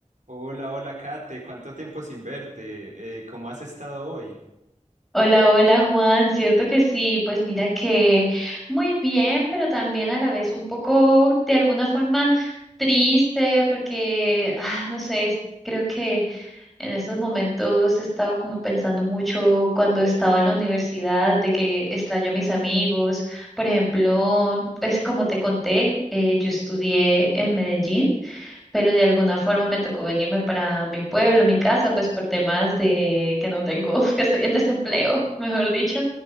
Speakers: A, on the right; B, in the centre.
A: Hola, hola Kate, ¿cuánto tiempo sin verte? Eh, ¿cómo has estado hoy?
B: Hola, hola Juan, cierto que sí, pues mira que muy bien, pero también a la vez un poco de alguna forma triste porque, ah, no sé, es- creo que en estos momentos he estado como pensando mucho cuando estaba en la universidad de que extraño a mis amigos. Por ejemplo, pues como te conté, eh, yo estudié en Medellín pero de alguna forma me tocó venirme para mi pueblo, mi casa, pues por temas de que no tengo, <laughs> que estoy en desempleo, mejor dicho.